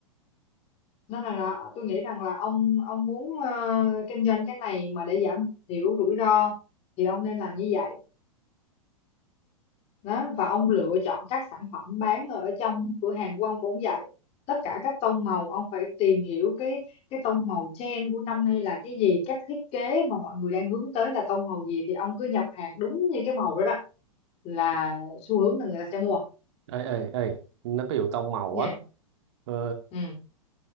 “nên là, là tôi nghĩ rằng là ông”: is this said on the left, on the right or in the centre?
Left